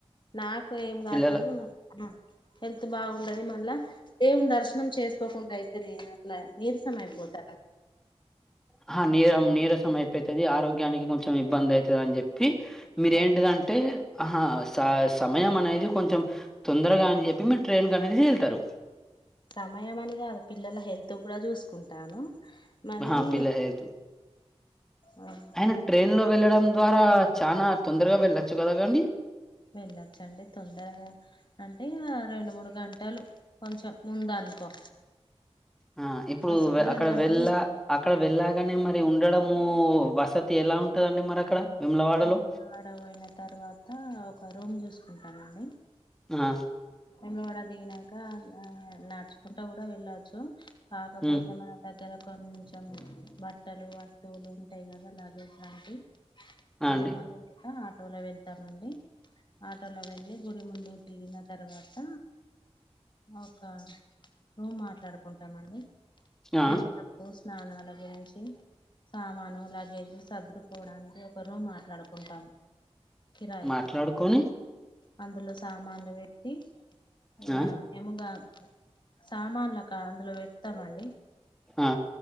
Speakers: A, on the left; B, in the centre.
A: నాకు ఏం కాదు
B: పిల్లల
A: కాని మ మ హెల్త్ బాగు ఉండది మళ్ల ఎం దర్శనం చేసుకోకుండా అయితది అట్లా నీరసం అయిపోతారు
B: అహా నీరసం అయిపోతది ఆరోగ్యానికి కొంచెం ఇబ్బంది ఐతది అని చెప్పి మీర
A: అవును,
B: ఏంటిదంటే ఆహా సా సమయం అనేది కొంచెం తొందరగా అని చెప్పి మీరు ట్రైన్ కనేసి ఎళ్తారు
A: సమయం అని కాదు పిల్లల హెల్త్ కూడా చూసుకుంటాను మళ్ళీ
B: హ పిల్ల హెల్త్
A: ఆ
B: ఆయిన ట్రైన్ లో వెళ్ళడం ద్వారా చానా తొందరగా వెళ్ళచ్చు కదా గాండి
A: వెళ్ళొచ్చండి తొందరగా అంటే ఇంగ రెండు మూడు గంటలు కొంచెం ముంద అనుకో
B: ఆ ఇప్పుడు
A: బస్సుకు రెండు
B: అక్కడ
A: గంటలు
B: వెళ్ళ అక్క అక్కడ వెళ్ళగానే మరి ఉండడము వసతి ఎలా ఉంటదండి మరి అక్కడ వేములవాడలో
A: వెజవాడ పొయిన తర్వాత ఒక రూమ్ చూసుకుంటానండి
B: ఆ
A: బెజవాడ దిగినాంక నడుచుకుంటా గూడా వెళ్ళొచ్చు కాకపోతే
B: ఉమ్
A: మా దగ్ ఇక్కర కొంచెం బట్టలు వస్తువులు ఉంటాయి కదా అలాగే ఇలాంటి
B: ఆ
A: అవి
B: అండి
A: మాదొరికే ఆటోలో వెళ్తామండి ఆటోలో వెళ్ళ గుడి ముందు దిగిన తర్వాత ఒక రూమ్ మాట్లాడుకుంటామండి <unintelligible>
B: ఆ
A: స్నానాల గురించి సామాను లగేజు సద్రుకోవడానికి ఒక రూమ్ మాట్లాడుకుంటాము కిరాయికి
B: మాట్లాడుకొని
A: అందులో సామాన్లు వెట్టి ఇంగ
B: ఆ
A: మేము దా సామాన్లు అక అందులో పెడతామండి
B: ఆ